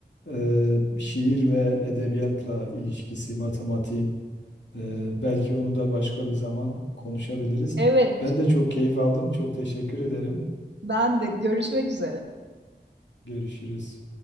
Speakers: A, on the left; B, on the right.
A: Ee, şiir ve edebiyatla ilişkisi, matematiğin. Ee, belki onu da başka bir zaman konuşabiliriz.
B: Evet,
A: Ben de çok keyif aldım. Çok teşekkür ederim.
B: ben de görüşmek üzere.
A: Görüşürüz.